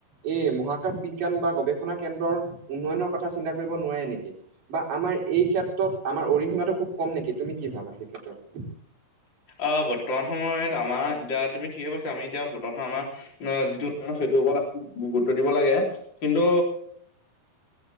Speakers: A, on the right (about 75°); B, on the left (about 35°).
A: এই মহাকাশ বিজ্ঞান বা গৱেষণা কেন্দ্ৰৰ উন্নয়নৰ কথা চিন্তা কৰিব নোৱাৰে এনেকি বা আমাৰ এই ক্ষেত্ৰত আমাৰ অৰিহণাটো খুব কম নেকি তুমি কি ভাবা সেই ক্ষেত্ৰত।
B: অ বৰ্তমান সময়ত আমাৰ এতিয়া তুমি ঠিকে কৈছা আমি এতিয়া বৰ্তমান আমাৰ অ যিটো। সেইটোৰ ওপৰত গুৰুত্ব দিব লাগে কিন্তু।